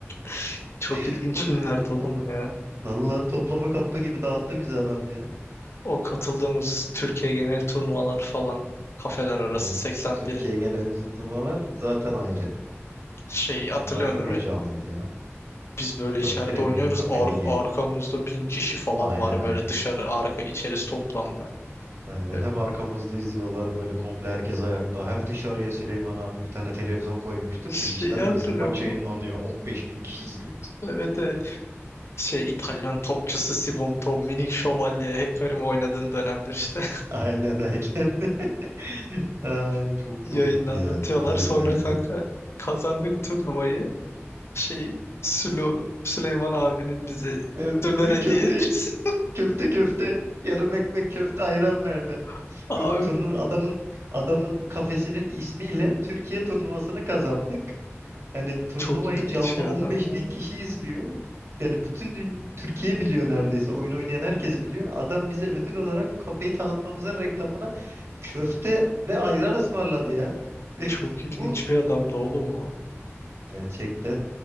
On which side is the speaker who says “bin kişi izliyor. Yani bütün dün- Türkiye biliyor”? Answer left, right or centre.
Right